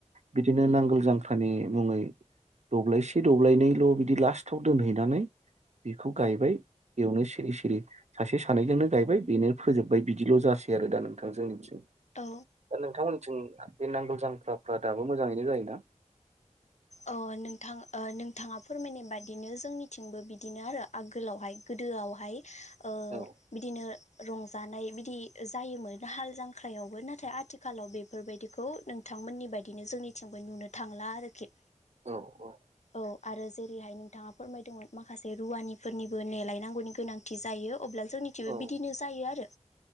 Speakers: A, on the right (about 65°); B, on the left (about 65°).
A: बिदिनो नांगोल जांख्रानि मुंङै दब्लायसे दब्लायनैल' बिदि लास्टआव दोनहैनानै बेखौ गायबाय। बेयावनो सिरि सिरि सासे सानैजोंनो गायबाय बेनो फोजोबबाय बिदिल' जासै आरो दा नोंथांजोंनिथिं।
B: औ
A: दा नोंथांमोनथिं बे नांगोल जांख्राफ्रा दाबो मोजांङैनो जायोना?
B: अ नोंथां ओ नोंथांङा फोरमायनाय बादिनो जोंनिथिंबो बिदिनो आरो आगोलावहाय गोद दोआवहाय ओ
A: औ
B: बिदिनो रंजानाय बिदि जायोमोन दा हाल जांख्रायावबो नाथाय आथिखालाव बेफोरबायदिखौ नोंथां नोंथांमोननि बायदिनो जोंनिथिंबो नुनो थांला आरोखि।
A: औ औ
B: औ आरो जेरैहाय नोंथांङा फोरमायदोंमोन माखासे रुवानिफोरनिबो नेलायनांगौनि गोनांथि जायो अब्ला जों निथिंबो
A: औ
B: बिदिनो जायो आरो